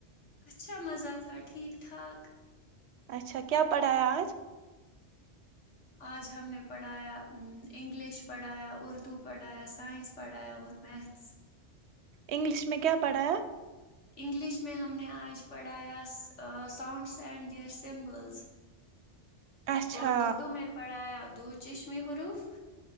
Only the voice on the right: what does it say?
اچھا کیا پڑھایا آج
انگلش میں کیا پڑھایا
اچھا